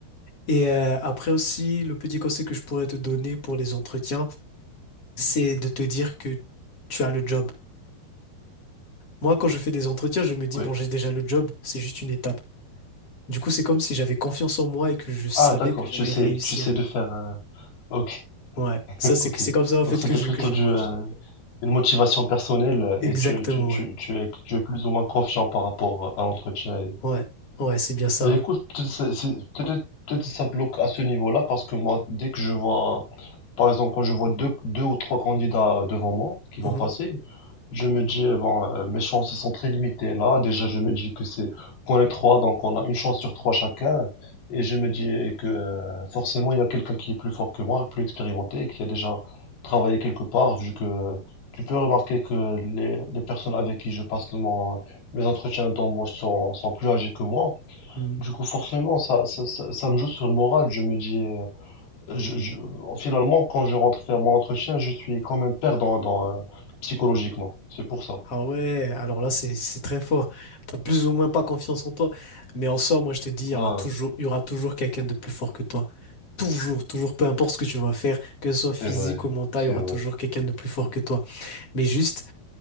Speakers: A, on the left; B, on the left.
A: Et euh, après aussi, le petit conseil que je pourrais te donner pour les entretiens, c'est de te dire que tu as le job. Moi, quand je fais des entretiens, je me dis,
B: Oui.
A: bon, j'ai déjà le job, c'est juste une étape. Du coup, c'est comme si j'avais confiance en moi et que je savais
B: Ah, d'accord,
A: que j'allais
B: tu sais,
A: réussir.
B: tu sais de faire. euh, Ok,
A: Ouais,
B: <laughs>
A: ça, c'est,
B: ok.
A: c'est comme ça, en
B: Donc
A: fait,
B: c'était
A: que je,
B: plutôt
A: que je
B: du,
A: marche.
B: euh, Une motivation personnelle
A: Exactement,
B: et tu, tu, tu,
A: ouais.
B: tu es, tu es plus ou moins confiant par rapport à l'entretien
A: Ouais, ouais, c'est bien ça,
B: ben écoute,
A: ouais.
B: peut-être ça- c'est- peut-être peut-être ça bloque à ce niveau-là parce que moi, dès que je vois, par exemple, quand je vois deux, deux ou trois candidats devant moi qui vont
A: Mhm.
B: passer, je me dis, eh ben, euh, mes chances sont très limitées là. Déjà, je me dis que c'est qu'on est trois, donc on a une chance sur trois chacun. Et je me dis eh, que euh, forcément, il y a quelqu'un qui est plus fort que moi, plus expérimenté, qui a déjà travaillé quelque part, vu que euh, tu peux remarquer que les, les personnes avec qui je passe mon- mes entretiens d'embauche sont, sont plus âgées que moi.
A: Hmm, hmm.
B: Du coup, forcément, ça, ça, ça, ça me joue sur le moral. Je me dis, euh, je, je- finalement, quand je rentre faire mon entretien, je suis quand même perdant dans, euh, psychologiquement. C'est pour ça.
A: Ah ouais, alors là, c'est, c'est très fort. T'as plus ou moins pas confiance en toi. Mais en soi, moi, je te dis, il y
B: Voilà.
A: aura toujours, il y aura toujours quelqu'un de plus fort que toi. Toujours, toujours, peu importe ce que tu vas faire, que ce soit physique
B: C'est vrai.
A: ou mental,
B: C'est
A: il y aura
B: vrai.
A: toujours quelqu'un de plus fort que toi. Mais juste,